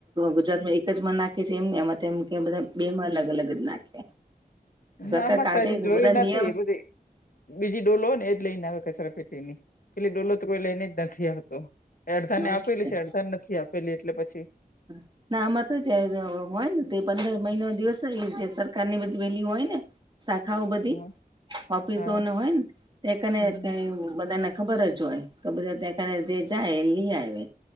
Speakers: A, on the right; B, on the left.
A: ગુજરાત માં એક જમાં નાખે છે, એમ ને અમા તેમ કે બધા બે માં અલગ અલગ જ નાખે સરકાર
B: ના અમર
A: કાઢે
B: ત હજી જોયી
A: બધા
B: નથી
A: નિયમ
B: બધી બીજી ડોલો ને એ જ લઈને આવે કચરા પેટીની પેલી ડોલો તો કોઈ લઈને જ નથી આવતો અડધાને
A: અચ્છા.
B: આપેલી છે, અડધાન નથી આપેલી એટલે પછી
A: હા <inaudible> ના આમાં તો જે હોય ને તે પંદર મહિનો દિવસ એ જે સરકાર ની બજવેલી હોય ને શાખાઓ બધી
B: હા
A: હોફીસો
B: હા
A: હોય ન તે એકને
B: હમ
A: બધાને ખબર જ હોય તો બધા ત્યાકાને જે જાય લી આવે